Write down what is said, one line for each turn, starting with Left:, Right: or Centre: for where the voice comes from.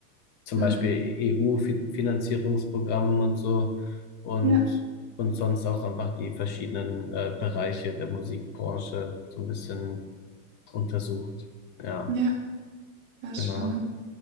Left: zum
Right: Mhm.
Left: Beispiel EU-Finanzierungsprogrammen und so und
Right: Ja,
Left: und sonst auch einfach die verschiedenen äh, Bereiche der Musikbranche so ein bisschen untersucht. Ja,
Right: ja, ja, spannend.
Left: genau.